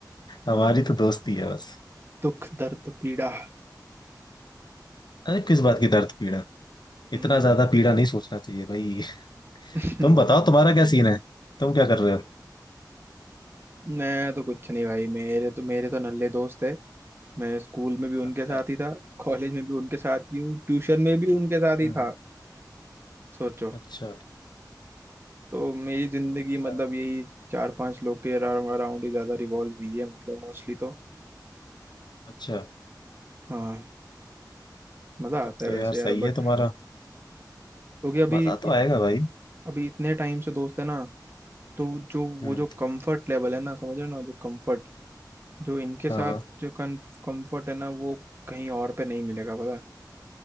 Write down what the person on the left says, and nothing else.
हमारी तो दोस्ती है बस
अरे किस बात की दर्द पीड़ा
इतना ज्यादा पीड़ा नहीं सोचना चाहिए भाई <laughs>
तुम बताओ तुम्हारा क्या सीन है तुम क्या कर रहे हो
अच्छा
हम्म,
अच्छा
ऐसा
है।
अच्छा
तब
तो
यार सही
है
तुम्हारा
मजा तो
आएगा भाई
हम्म
हाँ
हाँ